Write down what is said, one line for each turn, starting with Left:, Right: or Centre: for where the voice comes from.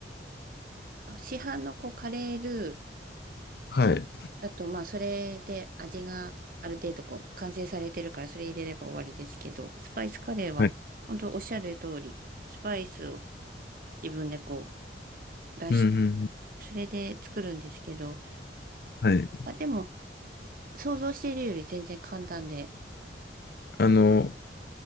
Right: 市販のこうカレールー
Left: はい。
Right: だと、まあ、それで味がある程度こう完成されてるから、それ入れれば終わりですけど、スパイスカレーは、
Left: はい。
Right: 本当おっしゃる通り、スパイスを自分でこう出して、
Left: うんうんうん。
Right: それで作るんですけど、
Left: はい。
Right: あ、でも、想像しているより全然簡単で、
Left: あの、